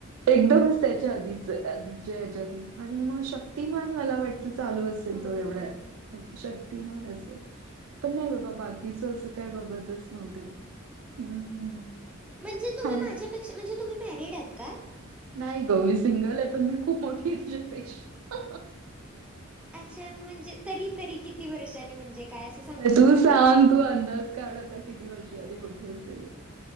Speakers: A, on the right (about 80°); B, in the centre.
A: एकदमच त्याच्या आधीच आधीचे ह्याच्यातले आणि मग शक्तिमान मला वाटत. चालू असेल
B: हो
A: तो
B: ना
A: एवढातं.
B: हो ना
A: शक्तिमान असेल पण नाही बाबा बाकीच असं काय बघतच नव्हते. हम्म,
B: म्हणजे?
A: का.
B: च्या पेक्षा तुम्ही मॅरीड आहात का?
A: नाही गौरी सिंगल आहे पण मी खूप मोठी तुझ्या पेक्षा.
B: असं म्हणजे तरी - तरी किती वर्षांनी म्हणजे? काय असं सांगू
A: अ
B: शकता
A: तू सांग
B: का
A: तू अंदाज काढ आता किती वर्ष आधी मोठे असेल.